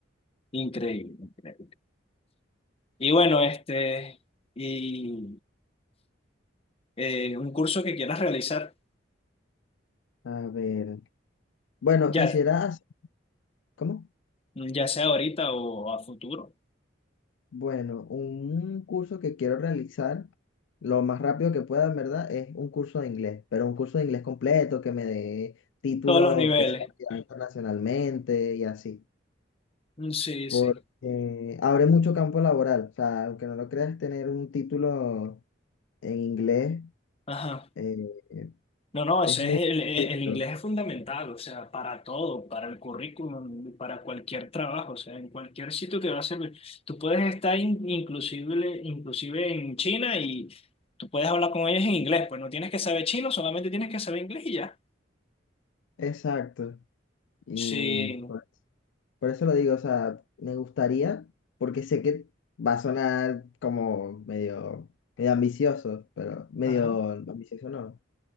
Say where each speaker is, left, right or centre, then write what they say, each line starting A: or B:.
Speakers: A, on the left; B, on the left.
A: Increíble, increíble. Y bueno, este, y eh, un curso que quieras realizar.
B: A ver, bueno,
A: Ya,
B: quisieras, ¿cómo?
A: ya sea ahorita o a futuro.
B: Bueno, un curso que quiero realizar Lo más rápido que pueda, en verdad, es un curso de inglés, pero un curso de inglés completo que me dé título
A: Todos los niveles.
B: que sea validado internacionalmente y así.
A: Mm, Sí,
B: Porque
A: sí.
B: abre mucho campo laboral. O sea, aunque no lo creas, tener un título en inglés
A: Ajá.
B: eh,
A: No, no, ese
B: es muy
A: es el, el
B: difícil.
A: el inglés es fundamental, o sea, para todo, para el currículum, para cualquier trabajo, o sea, en cualquier sitio que va a servir. Tú puedes estar in- inclusive, inclusive en China y tú puedes hablar con ellos en inglés, pues no tienes que saber chino, solamente tienes que saber inglés y ya.
B: Exacto. Y
A: Sí.
B: por, por eso lo digo, o sea, me gustaría, porque sé que va a sonar como medio, medio ambicioso, pero medio
A: Ajá,
B: ambicioso no.